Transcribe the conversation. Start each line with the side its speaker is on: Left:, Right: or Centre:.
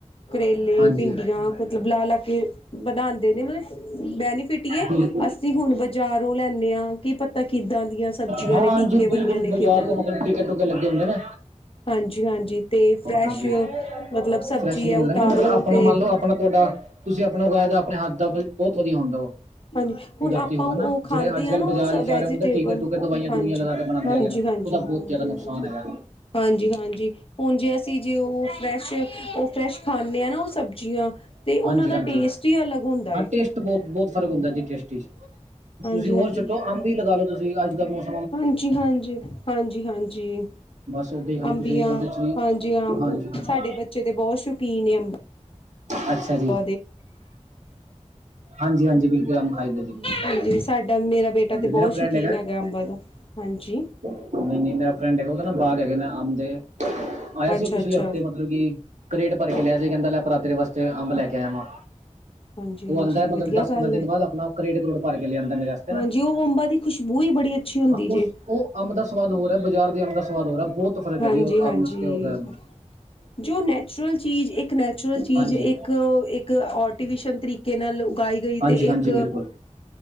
Left: ਕਰੇਲੇ
Right: ਹਾਂਜੀ
Left: ਭਿੰਡੀਆ ਕੁਝ ਲਾ ਲਾ ਕੇ ਬਣਾਦੇ ਨੇ ਮਲਬ ਬੈਨੀ ਫਿਟੀਏ
Right: ਬਿਲਕੁਲ
Left: ਅਸੀਂ ਹੁਣ ਬਾਜ਼ਾਰੋਂ ਲੈਂਦੇ ਹਾਂ ਕੀ ਪਤਾ ਕਿੱਦਾਂ ਦੀਆਂ ਸਬਜ਼ੀਆਂ
Right: ਹਾਂ
Left: ਨੇ
Right: ਹਾਂਜੀ
Left: ਟੀਕੇ
Right: ਬਿਲਕੁਲ
Left: ਵਾਲੀਆਂ ਨੇ
Right: ਬਾਜ਼ਾਰ
Left: ਕਿੱਦਾਂ
Right: ਦੇ
Left: ਨੇ
Right: ਮਤਲਬ ਟੀਕੇ ਟੂਕੇ ਲੱਗੇ ਹੁੰਦੇ ਨੇ
Left: ਹਾਂਜੀ ਹਾਂਜੀ। ਅਤੇ ਫਰੈਸ਼
Right: ਹਾਂਜੀ
Left: ਮਤਲਬ ਸਬਜ਼ੀ
Right: ਫਰੈਸ਼ ਨਹੀਂ
Left: ਹੈ
Right: ਮਿਲਦਾ
Left: ਉਤਾਰੋ
Right: ਨਾ ਮਤਲਬ ਆਪਣਾ
Left: ਅਤੇ
Right: ਮੰਨ ਲਓ ਆਪਣਾ ਤੁਹਾਡਾ ਤੁਸੀਂ ਆਪਣਾ ਉਗਾਇਆ ਦਾ ਆਪਣੇ ਹੱਥ ਦਾ ਬਹੁਤ ਵਧੀਆ ਹੁੰਦਾ ਵਾ।
Left: ਹਾਂਜੀ
Right: ਕੁਦਰਤੀ
Left: ਹੁਣ ਆਪਾਂ
Right: ਹੋਵੇ
Left: ਉਹ
Right: ਨਾ
Left: ਖਾਂਦੇ
Right: ਜਿਹੜੇ ਅੱਜ
Left: ਆ
Right: ਕੱਲ੍ਹ
Left: ਨਾ ਉਹ
Right: ਬਾਜ਼ਾਰ ਵਿਚ
Left: ਵੈਜੀਟੇਬਲ
Right: ਆਚਾਰ ਟੀਕੇ ਟੂਕੇ ਦਵਾਈਆਂ
Left: ਹਾਂਜੀ
Right: ਦਵਈਆਂ ਲਗਾ ਕੇ ਬਣਾਉਂਦੇ
Left: ਹਾਂਜੀ
Right: ਹੈਗੇ ਨੇ
Left: ਹਾਂਜੀ
Right: ਉਹਦਾ ਬਹੁਤ।
Left: ਹਾਂਜੀ
Right: ਜਿਆਦਾ ਨੁਕਸਾਨ
Left: ਹਾਂਜੀ
Right: ਹੈਗਾ।
Left: ਹਾਂਜੀ ਹਾਂਜੀ ਹੁਣ ਜੇ ਅਸੀਂ ਜੇ ਉਹ ਫਰੈਸ਼ ਉਹ ਫਰੈਸ਼ ਖਾਂਦੇ ਹਾਂ ਨਾ ਉਹ ਸਬ ਸੁਚੀਆਂ ਅਤੇ ਉਹਨਾਂ
Right: ਹਾਂਜੀ
Left: ਦਾ
Right: ਹਾਂਜੀ
Left: ਟੇਸਟ ਹੀ ਅਲੱਗ ਹੁੰਦਾ
Right: ਹਾਂ
Left: ਏ।
Right: ਟੇਸਟ ਬਹੁਤ- ਬਹੁਤ ਫ਼ਰਕ ਹੁੰਦਾ ਜੀ ਟੇਸਟੀ ਚ'।
Left: ਹਾਂਜੀ
Right: ਤੁਸੀਂ ਹੋਰ
Left: ਹਾਂਜੀ
Right: ਛੱਟੋ ਅੰਬ ਵੀ ਲਗਾ ਲੋ ਤੁਸੀਂ ਅੱਜ ਕੱਲਸ
Left: ਹਾਂਜੀ- ਹਾਂਜੀ- ਹਾਂਜੀ -ਹਾਂਜੀ।
Right: ਬਸ ਉਹ ਦੇਖ ਲਓ
Left: ਅੰਬੀਆਂ
Right: ਤੁਸੀਂ ਉਹਦੇ ਚ ਵੀ
Left: ਹਾਂਜੀ ਅਬ
Right: ਹਾਂਜੀ ਹਾਂਜੀ
Left: ਸਾਡੇ ਬੱਚੇ ਦੇ ਬਹੁਤ ਸ਼ੌਕੀਨ ਅੰਬ
Right: ਅੱਛਾ। ਜੀ
Left: ਹ
Right: ਹਾਂਜੀ ਹਾਂਜੀ ਬਿਲਕੁਲ ਅੰਬ ਖਾਈ ਦਾ ਜੀ
Left: ਹਾਂਜੀ। ਸਾਡਾ ਮੇਰਾ ਬੇਟਾ
Right: ਹਾਂਜੀ
Left: ਤਾਂ ਬਹੁਤ
Right: ਮੇਰਾ
Left: ਸ਼ੌਕੀਨ
Right: ਫਰੈਂਡ
Left: ਹੈਗਾ ਅੰਬਾ ਦਾ। ਹਾਂਜੀ।
Right: ਨਹੀਂ- ਨਹੀਂ ਮੇਰਾ ਫਰੈਂਡ ਹੈਗਾ ਉਹਦੇ ਨਾ ਬਾਗ ਹੈਗੇ ਨੇ ਆਮ ਦੇ। ਆਇਆ ਸੀ
Left: ਅੱਛਾ-ਅੱਛਾ,
Right: ਉਹ ਪਿਛਲੇ ਹਫ਼ਤੇ ਮਤਲਬ ਕਰੇਟ ਭਰ ਕੇ ਲਿਆ ਸੀ ਕਹਿੰਦਾ ਲੈ ਭਰਾਤਰੇ ਵਾਸਤੇ ਅੰਬ ਲੈ ਕੇ ਆਇਆ ਵਾ।
Left: ਹਾਂਜੀ-ਹਾਂਜੀ
Right: ਉਹ ਆਂਦਾ ਮਤਲਬ
Left: ਵਧੀਆ
Right: ਦਸ-
Left: ਗੱਲ
Right: ਪੰਦਰਾਂ ਦਿਨ
Left: ਏ।
Right: ਬਾਅਦ ਆਪਣਾ ਕਰੇੜ, ਕਰੋੜ ਭਰ ਕੇ ਲਿਆਦਾ ਮੇਰੇ ਵਾਸਤੇ ਨਾ
Left: ਹਾਂਜੀ, ਉਹ ਅੰਬਾ ਦੀ ਖੁਸ਼ਬੂ ਹੀ ਬੜੀ ਅੱਛੀ ਹੁੰਦੀ
Right: ਹਾਂ, ਉਸ
Left: ਜੇ,
Right: ਉਹ ਅੰਬ ਦਾ ਸਵਾਦ ਹੋ ਰੈ ਬਾਜ਼ਾਰ ਦੇ ਅੰਬ ਦਾ ਸਵਾਦ ਹੋ ਰਿਹਾ ਬਹੁਤ ਫਰਕ
Left: ਹਾਂਜੀ-ਹਾਂਜੀ।
Right: ਹੈ ਜੀ ਉਹ <unintelligible> ਆਪ ਨਸ਼ ਕੇ ਹੋ ਗਿਆ
Left: ਜੋ ਨੈਚੁਰਲ ਚੀਜ਼, ਇੱਕ ਨੈਚੁਰਲ ਚੀਜ਼
Right: ਹਾਂਜੀ
Left: ਇੱਕ ਇੱਕ ਆਰਟੀਫਿਸ਼ਲ ਤਰੀਕੇ ਨਾਲ ਉਗਾਈ
Right: ਹਾਂਜੀ
Left: ਗਈ। ਤੇ
Right: ਹਾਂਜੀ
Left: ਇੱਕ
Right: ਬਿਲਕੁਲ